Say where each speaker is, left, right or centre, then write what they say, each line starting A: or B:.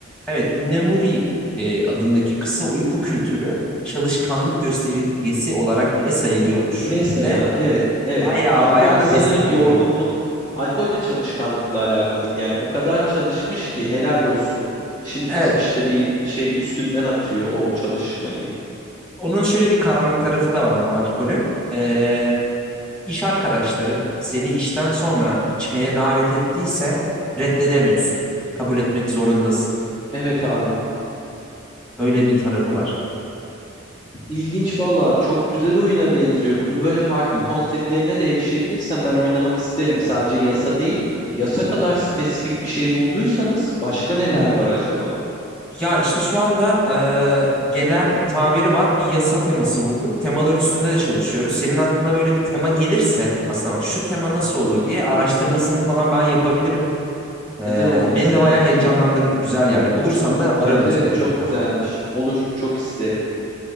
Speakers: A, in the centre; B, on the left.
A: evet inemuri e, adındaki kısa uyku kültürü çalışkanlık göstergesi olarak bile sayılıyormuş
B: Mesela
A: ve
B: evet, evet.
A: bayağı
B: Alkol
A: bayağı
B: de
A: da
B: sanırım
A: destekleniyor.
B: yorgunluk, alkol de çalışkanlıkla alakalıydı. Yani o kadar çalışmış ki helal olsun. Şimdi
A: Evet.
B: t- işte bir şey üstünden atıyor o çalışmayı.
A: Onun şöyle bir karanlık tarafı da var ama alkolün. Ee, iş arkadaşların seni işten sonra içmeye davet ettiyse reddedemiyorsun. Kabul etmek zorundasın.
B: Evet abi.
A: Öyle bir tarafı var.
B: İlginç valla çok güzel oyuna benziyor. Bunun böyle farklı
A: Hı
B: konseptlerine de erişebilirsem ben oynamak isterim. Sadece yasa değil. Hani yasa kadar spesifik bir şey bulduysanız başka neler
A: hı. hı.
B: var acaba?
A: Ya işte şu anda e, genel tabiri var. Bir yasa teması bulduk. Temalar üstünde de çalışıyoruz. Senin aklına böyle bir tema gelirse aslında bak şu tema nasıl
B: <laughs>
A: olur
B: Hı hı,
A: diye araştırmasını
B: hı
A: falan
B: hı.
A: ben yapabilirim. Ee,
B: Neden olmasın?
A: beni de bayağı
B: Evet.
A: heyecanlandırdı. Güzel yani. Bulursam da
B: Evet
A: ararım
B: evet
A: seni mutlaka.
B: çok güzelmiş. Olur çok isterim.